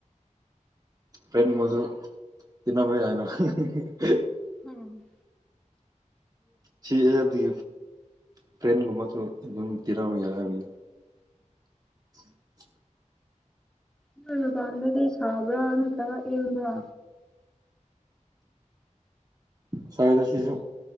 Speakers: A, on the right; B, in the centre.
A: ꯐ꯭ꯔꯦꯟ ꯃꯁꯨ ꯇꯤꯟꯅꯕ ꯌꯥꯢꯅ <unintelligible>
B: ꯎꯝ
A: ꯁꯤ ꯑꯦꯕꯗꯤ ꯐ꯭ꯔꯦꯟꯒꯨꯝꯕꯁꯨ ꯑꯗꯨꯝ ꯇꯤꯅꯕ ꯌꯥꯏ ꯍꯥꯏꯕꯅꯤ <inaudible>
B: ꯅꯪ ꯃꯄꯥꯟꯗꯗꯤ ꯁꯥꯕ꯭ꯔ ꯅꯠꯇ꯭ꯔꯒ ꯢꯪꯕ꯭ꯔ
A: ꯁꯥꯢꯗ ꯁꯤꯁꯨ